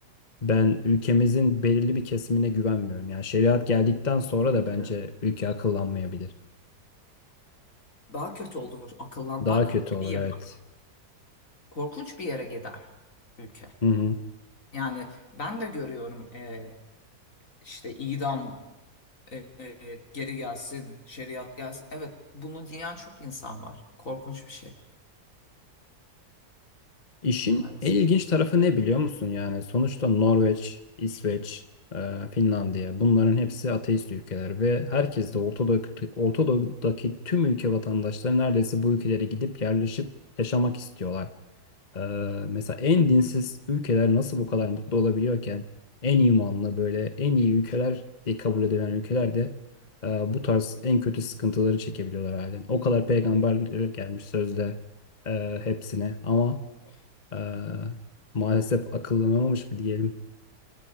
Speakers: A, on the left; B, on the left.
A: Ben ülkemizin belirli bir kesimine güvenmiyorum. Yani şeriat geldikten sonra
B: Tabii
A: da
B: ki
A: bence
B: de.
A: ülke akıllanmayabilir.
B: Daha kötü olur akıllanmak
A: Daha kötü olur
B: bir
A: evet.
B: korkunç bir yere gider ülke.
A: Hı hı.
B: Yani ben de görüyorum e, işte idam e, e, geri gelsin, şeriat gelsin. Evet, bunu diyen çok insan var. Korkunç bir şey
A: İşin
B: maalesef.
A: en ilginç tarafı ne biliyor musun? Yani sonuçta Norveç, İsveç, e, Finlandiya bunların hepsi ateist ülkeler ve herkes de Ortadoğu'daki, Ortadoğu'daki tüm ülke vatandaşları neredeyse bu ülkelere gidip yerleşip yaşamak istiyorlar. Ee, mesela en dinsiz ülkeler nasıl bu kadar mutlu olabiliyorken en imanlı böyle en iyi ülkeler diye kabul edilen ülkeler de e, bu tarz en kötü sıkıntıları çekebiliyorlar halen. O kadar peygamber gelmiş sözde e, hepsine ama e, maalesef akıllanamamış mı diyelim.